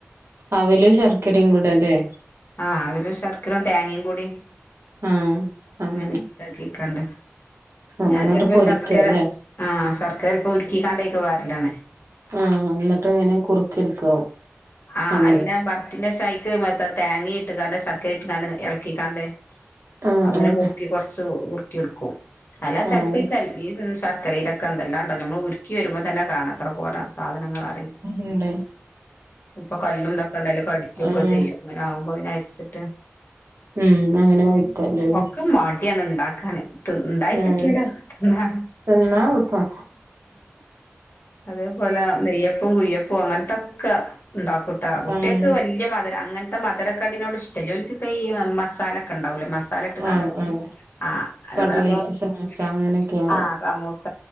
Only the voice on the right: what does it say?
അവലും ശർക്കരികുടെ ല്ലേ
ആഹ് അങ്ങനെ
ആഹ്
എന്നിട്ട്
പൊരിക്ക
അല്ലേ
ആഹ് എന്നട്ട് എങ്ങനെ കുറുക്കി എടുക്കാവും
അങ്ങനെ
ആഹ്
ആഹ്
ആഹ്
ഇണ്ട്
ആഹ്
ഉം അങ്ങനെ ഒഴിക്കല്ലോല്ലേ
ആഹ്
തിന്നാ എള്പ്പാ
ആഹ്
ആഹ് ആഹ്
കട്ലേറ്റ് സമൂസ
അങ്ങനെയൊക്കെ ആവും